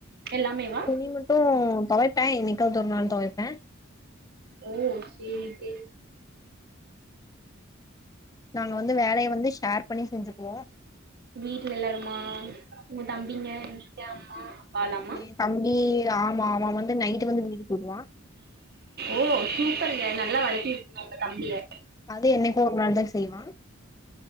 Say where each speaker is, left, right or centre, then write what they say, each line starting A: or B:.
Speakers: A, on the right; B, on the left.
A: எல்லாமேவா
B: துணி மட்டு துவைப்ப என்னிக்காது ஒரு நாள் துவைப்ப
A: ஓ செரி செரி
B: நாங்க வந்து வேலய வந்து ஷேர் பண்ணி செஞ்சுக்குவோ
A: வீட்டுல எல்லாருமா உங்க தம்பிங்க நீங்க அம்மா அப்பாலாமா
B: எய தம்பி ஆமா அவ வந்து நைட் வந்து மீதி போடுவா
A: ஓ சூப்பருங்க நல்லா வளத்திருக்கீங்க உங்க தம்பிய
B: அது என்னிக்கோ ஒரு நாள் தா செய்வா